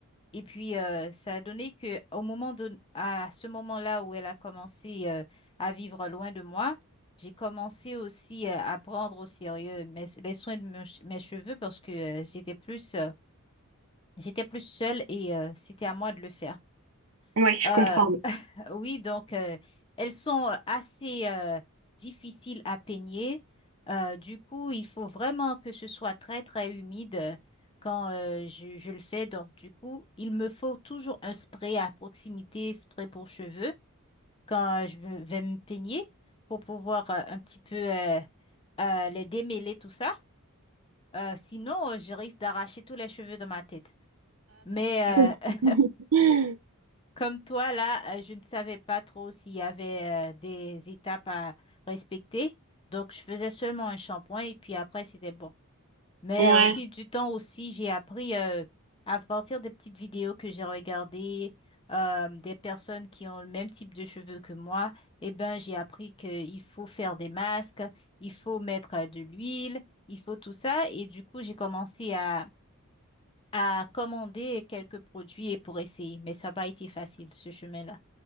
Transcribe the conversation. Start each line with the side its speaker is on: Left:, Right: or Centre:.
Left: Et puis, euh, ça a donné que au moment de, à ce moment-là où elle a commencé euh, à vivre loin de moi, j'ai commencé aussi euh, à prendre au sérieux mes- les soins de mes che- mes cheveux parce que euh, j'étais plus, euh, j'étais plus seule et euh, c'était à moi de le faire.
Right: Ouais, je
Left: Euh,
Right: comprends.
Left: oui, donc euh, elles sont euh, assez euh, difficiles à peigner. Euh, du coup, il faut vraiment que ce soit très, très humide euh, quand euh, je, je le fais. Donc, du coup, il me faut toujours un spray à proximité, spray pour cheveux, quand euh, je me- vais me peigner pour pouvoir euh, un petit peu euh, euh, les démêler, tout ça. Euh, sinon, euh, je risque d'arracher tous les cheveux de ma tête. Mais
Right: <laughs>
Left: euh, Comme toi, là, euh, je ne savais pas trop s'il y avait euh, des étapes à respecter. Donc, je faisais seulement un shampoing et puis après, c'était bon. Mais
Right: Ouais.
Left: euh, au fil du temps aussi, j'ai appris euh, à partir des petites vidéos que j'ai regardées, euh, des personnes qui ont le même type de cheveux que moi. Eh ben, j'ai appris qu'il faut faire des masques, il faut mettre euh, de l'huile, il faut tout ça. Et du coup, j'ai commencé à, à commander quelques produits et pour essayer. Mais ça n'a pas été facile, ce chemin-là.